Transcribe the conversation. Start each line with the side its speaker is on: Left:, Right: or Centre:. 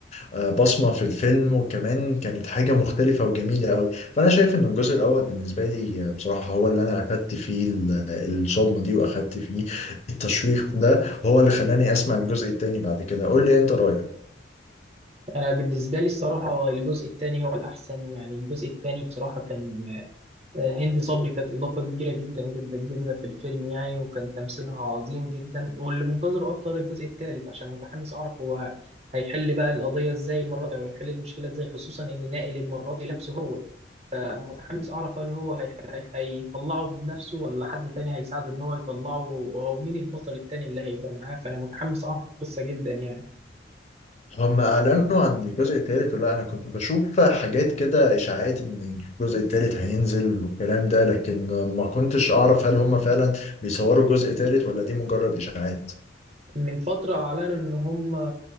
Left: آه، بصمة في الفيلم وكمان كانت حاجة مختلفة وجميلة قوي فأنا شايف إن الجزء الأول بالنسبة لي آه، بصراحة هو اللي أنا أخدت فيه ال- الصدمة دي وأخدت فيه التشويق ده وهو اللي خلاني أسمع الجزء التاني بعد كده قول لي أنت رأيك
Right: انا بالنسبه لي الصراحه الجزء التاني هو الاحسن يعني الجزء التاني بصراحه كان هند صبري كانت إضافة كبيرة جدا جدا جدا في الفيلم يعني وكان تمثيلها عظيم جدا واللي منتظره أكتر الجزء الثالث عشان متحمس أعرف هو هيحل بقى القضية إزاي المرة دي وهيحل المشكلة إزاي خصوصا إن نائل المرة دي لابسه هو متحمس أعرف هل هو هي- هي- هيطلعه بنفسه ولا حد تاني هيساعده إن هو يطلعه ومين البطل التاني اللي هيبقى معاه فأنا متحمس أعرف القصة جدا يعني
Left: هم اعلنوا عن الجزء الثالث ولا انا كنت بشوف حاجات كده اشاعات ان الجزء الثالث هينزل والكلام ده لكن ما كنتش اعرف هل هم فعلا بيصوروا جزء ثالث ولا دي مجرد اشاعات
Right: من فترة أعلنوا إن هم